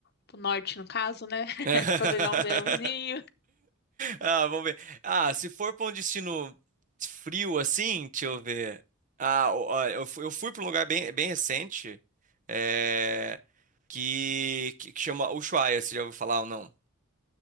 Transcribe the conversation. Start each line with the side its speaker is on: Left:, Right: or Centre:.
Left: pro norte, no caso, né? <laughs>
Right: <laughs>
Left: Pra pegar um verãozinho.
Right: Ah, vamos ver. Ah, se for para um destino frio assim, deixa eu ver. Ah, o- ah, eu, fui, eu fui para um lugar bem, bem recente, é, que, que que chama Ushuaia. Você já ouviu falar ou não?